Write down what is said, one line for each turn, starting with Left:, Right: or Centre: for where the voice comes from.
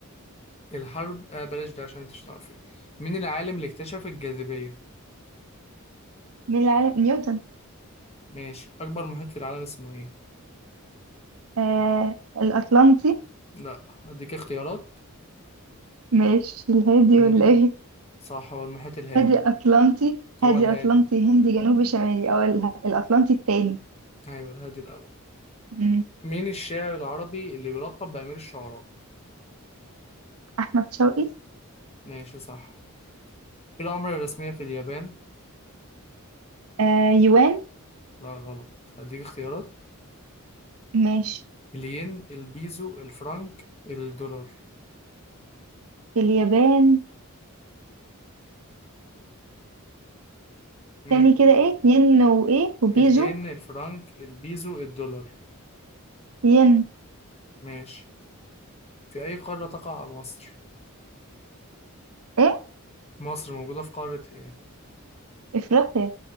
Left: الحرب آه بلاش ده عشان انت مش تعرفي مين العالم اللي اكتشف الجاذبية
Right: من العالم نيوتن
Left: ماشي أكبر محيط في العالم اسمه ايه
Right: آه الأطلنطي
Left: لا هديك اختيارات
Right: ماشي الهادي
Left: المحيط
Right: ولا ايه
Left: صح هو المحيط الهادي
Right: هادي اطلنطي
Left: هو
Right: هادي
Left: الهادي
Right: اطلنطي هندي جنوبي شمالي او ال- الاطلنطي التاني
Left: أيوه الهادي الأول
Right: مم.
Left: مين الشاعر العربي اللي بيلقب بأمير الشعراء
Right: احمد شوقي
Left: ماشي صح ايه العملة الرسمية في اليابان
Right: آه يوان
Left: لا غلط هديك اختيارات
Right: ماشي
Left: الين البيزو الفرنك الدولار
Right: اليابان
Left: امم
Right: تاني كده ايه ين وايه وبيزو
Left: الين الفرنك البيزو الدولار
Right: ين
Left: ماشي في أي قارة تقع مصر؟
Right: ايه
Left: مصر موجودة في قارة إيه؟
Right: افريقيا